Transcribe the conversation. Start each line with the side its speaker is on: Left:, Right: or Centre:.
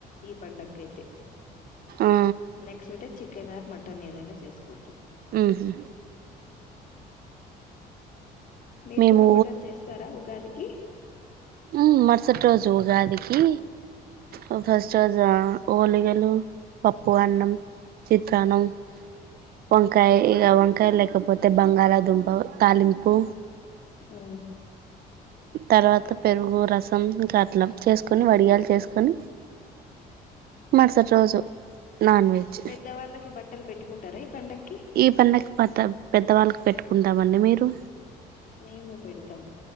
Left: ఈ పండకు ఐతే
Right: ఆ
Left: next day chicken or mutton ఏదైనా చేసుకుంటం
Right: ఊహు
Left: మీరు
Right: మేము
Left: కూడా మటన్ చేస్తారా ఉగాదికి
Right: ఉ మర్సట్ రోజు ఉగాది ఈ ఓ ఫస్ట్ రోజా ఓలిగలు పప్పు అన్నం ది ప్రానం వంకాయ ఇక వంకాయ లేకపోతే తె బంగాళాదుంప తాలింపు
Left: ఊ
Right: తర్వాత పెరుగు రసం ఇంకా అట్ల చేసుకొని వడిగాయలు చేసుకొని మర్సాట్ రోజు నాన్ వెజ్
Left: పెద్దవాళ్ళకి బట్టలు పెట్టుకుంటారా ఈ పండక్కి
Right: ఈ పండకు పత పాత పెద్దవాళ్ళకి పెట్టుకుంటామండి మీరు
Left: నేను పెడుతాం